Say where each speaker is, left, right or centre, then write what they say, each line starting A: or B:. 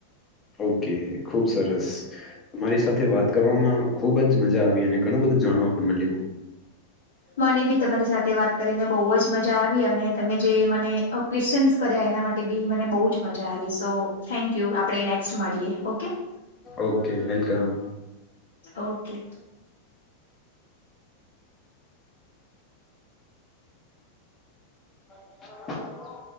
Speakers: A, on the left; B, on the left.
A: ઓકે ખુબ સરસ. તમારી સાથે વાત કરવામાં ખુબ જ મજા આવી અને ઘણું બધું જાણવા પણ મળ્યું.
B: મને બી તમારી સાથે વાત કરીને બહુ જ મજા આવી અને તમે જે મને ક્વેશ્ચનસ કર્યા એના માટે બી મને બહુ જ મજા આવી સો થેન ક યુ આપણે નેક્સ્ટ મળીએ ઓકે.
A: Okay welcome.
B: ઓકે.
A: <inaudible>